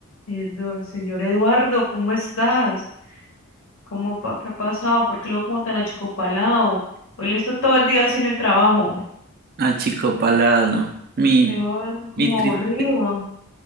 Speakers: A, on the left; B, on the right.
A: Eh, don señor Eduardo, ¿cómo estás? ¿Cómo, pa- qué ha pasado? ¿Por qué luego como tan achicopalado? Hoy lo hizo todo el día así en el trabajo.
B: achicopalado. Mi,
A: Te veo eh, como
B: mi tri-
A: aburrido.